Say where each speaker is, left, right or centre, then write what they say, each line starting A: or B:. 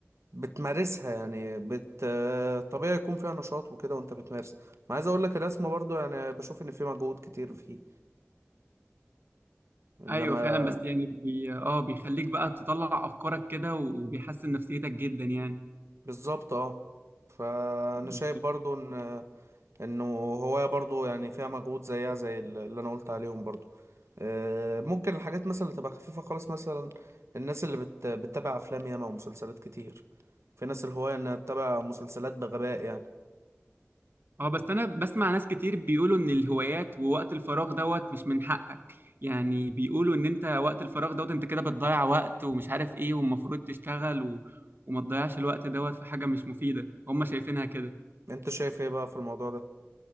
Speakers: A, on the right; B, on the right.
A: بتمارسها يعني بت طبيعي يكون فيها نشاط وكده وانت بتمارس ما عايز اقول لك الرسم برضو يعني بشوف ان في مجهود كتير فيه انما
B: ايوه فعلا بس يعني بي... اه بيخليك بقى تطلع افكارك كده وبيحسن نفسيتك جدا يعني
A: بالظبط اه فانا
B: بالظبط
A: شايف برضو ان انه هواية برضو يعني فيها مجهود زيها زي اللي انا قلت عليهم برضو آه، ممكن الحاجات مثلا اللي تبقى خفيفة خالص مثلا الناس اللي بت... بتتابع افلام ياما ومسلسلات كتير في ناس الهواية انها تتابع مسلسلات بغباء يعني
B: اه بس انا بسمع ناس كتير بيقولوا ان الهوايات ووقت الفراغ دوت مش من حقك يعني بيقولوا ان انت وقت الفراغ دوت انت كده بتضيع وقت ومش عارف ايه والمفروض تشتغل و... وما تضيعش الوقت دوت في حاجة مش مفيدة هم شايفينها كده
A: انت شايف ايه بقى في الموضوع ده